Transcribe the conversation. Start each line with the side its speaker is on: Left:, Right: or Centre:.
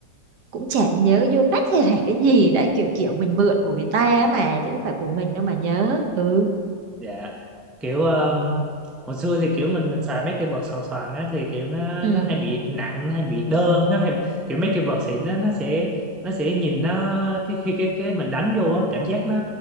Right: cũng chả nhớ vô nách hay là cái gì đấy kiểu kiểu mình mượn của người ta mà chứ không phải của mình đâu mà nhớ ừ
Centre: dạ kiểu um, hồi xưa thì kiểu mình mình xài mấy cái vợt xoàn xoàn á thì kiểu nó
Right: ừ
Centre: nó hay bị nặng nó hay bị đơ nó hay kiểu mấy cái vợt xịn nó nó sẽ nó sẽ nhìn nó cái khi cái cái mình đánh vô á cảm giác nó